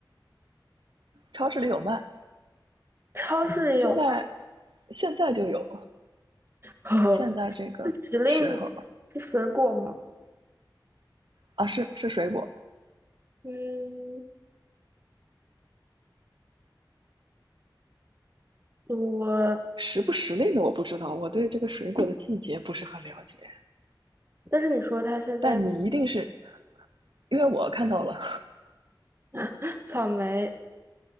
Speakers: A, on the right; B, on the right.
A: 超市里有卖。
B: 超市里有卖
A: 现在，现在就有，
B: <laughs>
A: 现在这个时候
B: 时令是水果吗？
A: 啊，是是水果，
B: 嗯，我，
A: 时不时令的我不知道，我对这个水果的季节不是很了解。
B: 但是你说它现在
A: 但你一定是，因为我看到了，
B: <laughs> 草莓、